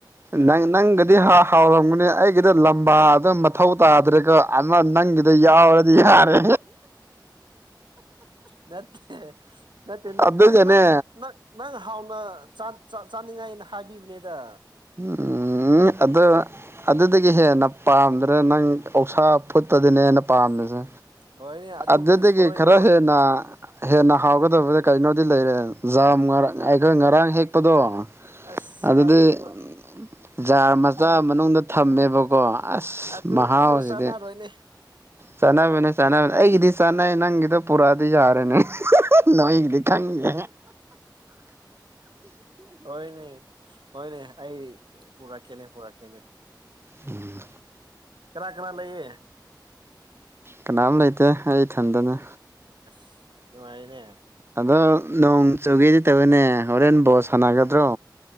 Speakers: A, on the right (about 30°); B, on the right (about 85°).
A: ꯅꯪ ꯅꯪ ꯗꯤ ꯍꯥꯎ ꯍꯥꯎꯔꯝꯒꯅꯦ ꯑꯩꯒꯤꯗꯣ ꯂꯝꯕꯥꯗ ꯃꯊꯧ ꯇꯥꯗ꯭ꯔꯒ ꯑꯃ ꯅꯪꯒꯤꯗꯣ ꯌꯥꯎꯔꯗꯤ ꯌꯥꯔꯦ
B: ꯅꯠꯇꯦ ꯅꯠꯇꯦ ꯅꯪ
A: ꯑꯗꯨꯒꯅꯦ
B: ꯅꯪ ꯅꯪ ꯅꯪ ꯅꯪ ꯍꯥꯎꯅ ꯆꯥ ꯆꯥꯅꯤꯡꯉꯥꯏꯅ ꯍꯥꯏꯕꯤꯕꯅꯦꯗ
A: ꯎꯝ ꯑꯗꯣ ꯑꯗꯨꯗꯒꯤ ꯍꯦꯟꯅ ꯄꯥꯝꯗ꯭ꯔꯦ ꯅꯪ ꯑꯣꯛꯁꯥ ꯐꯨꯠꯄꯗꯨꯅꯦ ꯍꯦꯟꯅ ꯄꯥꯝꯃꯤꯁꯦ
B: ꯍꯣꯏꯅꯦ ꯑꯗꯨꯕꯨꯗꯤ
A: ꯑꯗꯨꯗꯒꯤ
B: ꯁꯣꯏꯗ꯭ꯔꯕ
A: ꯈꯔ ꯍꯦꯟꯅ ꯍꯦꯟꯅ ꯍꯥꯎꯒꯗꯕꯗ ꯀꯩꯅꯣꯗꯤ ꯂꯩꯔꯦ ꯖꯥꯝ ꯉ ꯑꯩꯈꯣꯏ ꯉꯔꯥꯡ ꯍꯦꯛꯄꯗꯣ
B: ꯑꯁ
A: ꯑꯗꯨꯗꯤ
B: ꯑꯗꯨ
A: ꯖꯥꯔ ꯃꯆꯥ
B: ꯑꯗꯨ
A: ꯃꯅꯨꯡꯗ ꯊꯝꯃꯦꯕꯀꯣ ꯑꯁ
B: ꯑꯗꯨ
A: ꯃꯍꯥꯎꯁꯤꯗꯤ
B: ꯑꯗꯨ ꯆꯥꯟꯅꯔꯣꯏꯅꯦ
A: ꯆꯥꯟꯅꯕꯅꯦ ꯆꯥꯟꯅꯕꯅꯦ ꯑꯩꯒꯤꯗꯤ ꯆꯥꯟꯅꯩ ꯅꯪꯒꯤꯗ ꯄꯨꯔꯛꯑꯗꯤ ꯌꯥꯔꯦꯅꯦ ꯅꯣꯏꯒꯤꯗꯤ ꯈꯪꯗꯦ
B: ꯍꯣꯏꯅꯦ ꯍꯣꯏꯅꯦ ꯑꯩ ꯄꯨꯔꯛꯀꯦꯅꯦ ꯄꯨꯔꯛꯀꯦꯅꯦ
A: ꯎꯝ
B: ꯀꯅꯥ ꯀꯅꯥ ꯂꯩꯌꯦ
A: ꯀꯅꯥꯝ ꯂꯩꯇꯦ ꯑꯩ ꯏꯊꯟꯗꯅꯦ
B: ꯑꯁ ꯅꯨꯡꯉꯥꯏꯅꯦ
A: ꯑꯗꯣ ꯅꯣꯡ ꯆꯨꯒꯦꯗꯤ ꯇꯧꯏꯅꯦ ꯍꯣꯔꯦꯟ ꯕꯣꯜ ꯁꯥꯟꯅꯒꯗ꯭ꯔꯣ